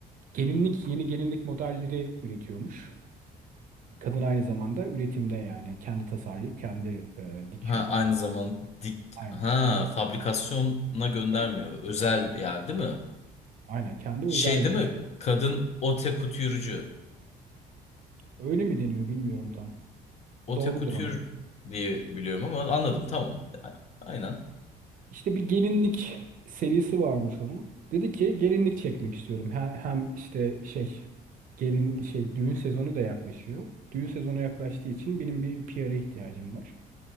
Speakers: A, on the right; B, on the left.
A: gelinlik yeni gelinlik modelleri üretiyormuş. Kadın aynı zamanda üretimde yani kendi tasarlayıp kendi e, dikiyor
B: Ha
A: falan.
B: aynı zaman dik
A: Aynen.
B: ha fabrikasyona göndermiyor.
A: Tabii tabii.
B: Özel yer değil mi?
A: Aynen kendi
B: Şey
A: özel
B: değil
A: dikiyor.
B: mi? Kadın ote kutürcü.
A: Öyle mi deniyor bilmiyorum tam.
B: Ote
A: Doğrudur
B: kutür
A: ama.
B: diye biliyorum ama anladım tamam. A- Aynen.
A: İşte bir gelinlik serisi varmış onun. Dedi ki gelinlik çekmek istiyorum. He- Hem işte şey gelin şey düğün sezonu da yaklaşıyor. Düğün sezonu yaklaştığı için benim bir PR'a ihtiyacım var.